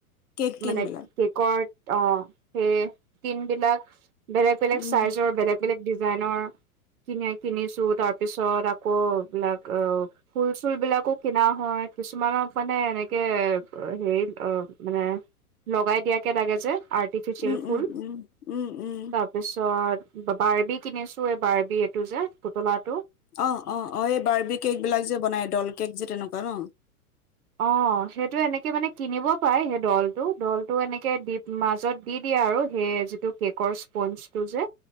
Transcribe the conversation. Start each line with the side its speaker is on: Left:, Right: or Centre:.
Left: কেক টিন
Right: মানে
Left: বিলাক
Right: কেকৰ অহ সেই তিন বিলাক বেলেগ- বেলেগ
Left: উম
Right: চাইজৰ বেলেগ -বেলেগ ডিজাইনৰ কিনা- কিনিছো তাৰ পিছত আকৌ বিলাক অ', ফুল -চুল বিলাকো কিনা হয় কিছুমানক মানে এনেকে হেৰিত অহ' মানে লগাই দিয়াকে লাগে যে আৰ্টিফিচিয়েল
Left: উম
Right: ফুল
Left: উম উম উম উম
Right: তাৰপিছত বাৰ্বি কিনিছো। এই বাৰ্বি এইটো যে পুতলাত
Left: অহ - অহ -অহ এই বাৰ্বি-কেক বিলাক যে বনাই দল -কেক যে তেনেকুৱা ন'।
Right: অহ, সেইটো এনেকে মানে কিনিব পাই সেই দলটো দলটো এনেকে দি মাজত দি দিয়ে আৰু। এই যিটো কেক'ৰ স্পন্সতো যে